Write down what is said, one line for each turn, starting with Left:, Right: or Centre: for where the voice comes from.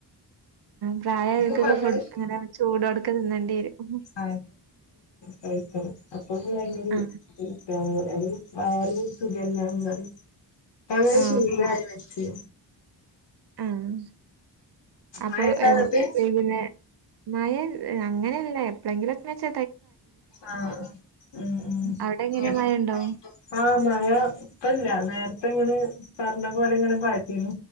Right: പ്രായയായവർക്കൊക്കെ
Left: എനിക്കിപ്പ അങ്ങനെ
Right: ഫുഡ്ക്കാനാ ചൂടോടെക്കെ തിന്നേണ്ടി വരും
Left: ആഹ കഴിക്കും അപ്പ അതിനൊരു
Right: ആ
Left: കുട്ടാണ് വയറ് ആകെ സുഖല്ലന്ന്റി അങ്ങനെ
Right: ആ
Left: ശീലായി വെച്ച്
Right: ആഹ അപ്പൊ
Left: മഴ ഇണ്ടോ അങ്ങട്ട്
Right: പിന്നെ മഴ അങ്ങനെയല്ലേ ഭയങ്കരനേച്ച
Left: ആഹ ഉം
Right: അവിടെ എങ്ങനെ
Left: ഉ
Right: മഴ ഉണ്ടോ
Left: ആ മഴ ഇപ്പല്ല നേരത്തെ ഇങ്ങനെ പറഞ്ഞ പോലെ എങ്ങനെ പറ്റന്ന്